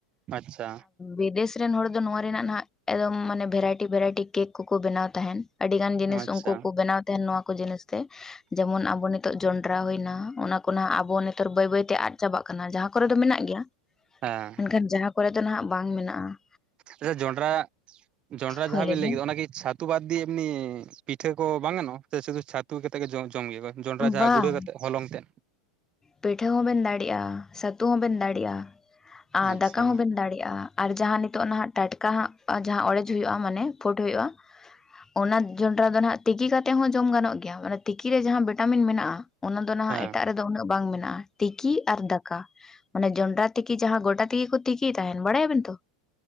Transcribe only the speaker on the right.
ᱟᱪᱪᱷᱟ
ᱟᱪᱪᱷᱟ
ᱦᱮᱸ
ᱟᱪᱪᱷᱟ ᱾ ᱡᱚᱸᱰᱨᱟ ᱡᱚᱸᱰᱨᱟ
ᱡᱟᱦᱟᱸ ᱵᱤᱱ
ᱞᱟᱹᱭ ᱠᱮᱫᱟ ᱚᱱᱟᱠᱤ ᱪᱷᱟ ᱩᱛᱩ ᱵᱟᱫ ᱫᱤᱭᱮ ᱮᱢᱱᱤ ᱯᱤᱴᱷᱟᱹ ᱠᱚ ᱵᱟᱝ ᱜᱟᱱᱚᱜᱼᱟ ᱥᱮ ᱥᱩᱫᱩ ᱪᱷᱟᱹᱛᱩ ᱠᱟᱛᱮ ᱜᱮ ᱡᱚᱢ ᱜᱮ ᱠᱚ ᱡᱚᱸᱰᱨᱟ ᱡᱟᱦᱟᱸ
ᱜᱩᱲᱟᱹ ᱠᱟᱛᱮ ᱾ ᱦᱚᱞᱚᱝ ᱛᱮᱫ ᱾
ᱟᱪᱪᱷᱟ
ᱦᱮᱸ